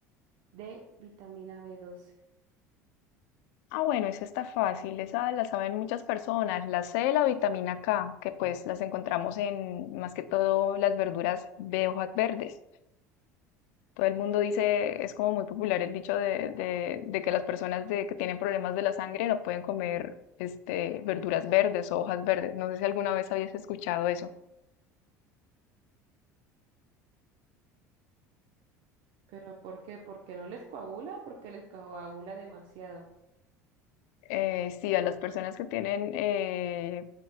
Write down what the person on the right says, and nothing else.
D, vitamina b doce.
¿Pero por qué? ¿Porque no les coagula o porque les coagula demasiado?